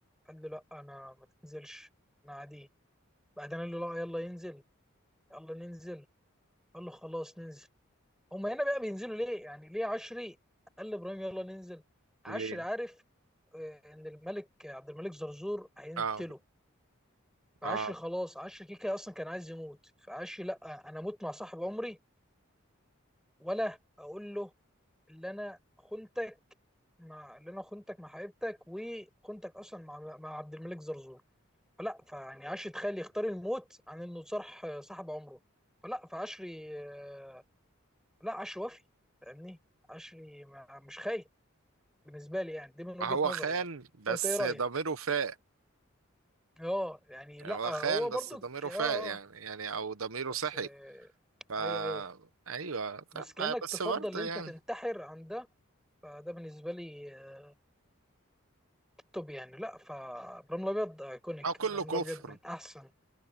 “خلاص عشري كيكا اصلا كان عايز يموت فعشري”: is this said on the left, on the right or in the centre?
Centre